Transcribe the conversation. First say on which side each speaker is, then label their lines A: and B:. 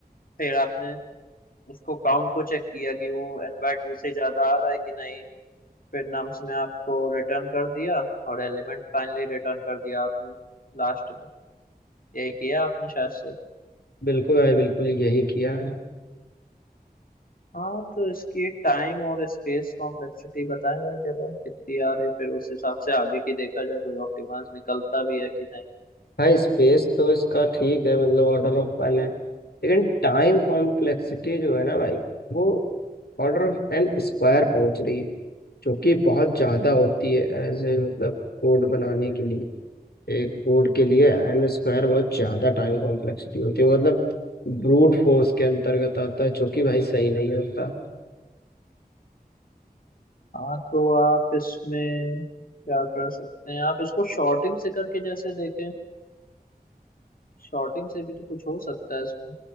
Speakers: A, on the left; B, on the left.
A: फिर आपने उसको काउंट को चेक किया कि वो एन बाय टू से ज्यादा आ रहा है कि नहीं फिर नम्स में आपको रिटर्न कर दिया और एलिमेंट फाइनली रिटर्न कर दिया आपने लास्ट में यही किया आपने शायद से
B: बिल्कुल भाई बिल्कुल यही किया है
A: हाँ तो इसकी टाइम और स्पेस कॉम्प्लेक्सिटी बताएं भाई जरा कितनी आ रही फिर उस हिसाब से आगे की देखा जाए कोई ऑप्टिमाइज निकलता भी है कि नहीं
B: भाई स्पेस तो इसका ठीक है मतलब ऑर्डर ऑफ वन है लेकिन टाइम कॉम्प्लेक्सिटी जो है ना भाई वो ऑर्डर ऑफ एन स्क्वायर पहुंच रही है जो कि बहुत ज़्यादा होती है एज ए मतलब कोड बनाने के लिए एक कोड के लिए एन स्क्वायर बहुत ज़्यादा टाइम कॉम्प्लेक्सिटी होती है वो मतलब ब्रूट फोर्स के अंतर्गत आता है जो कि भाई सही नहीं होता
A: हाँ तो आप इसमें क्या कर सकते हैं आप इसको शॉर्टिंग से करके जैसे देखें शॉर्टिंग से भी तो कुछ हो सकता है इसमें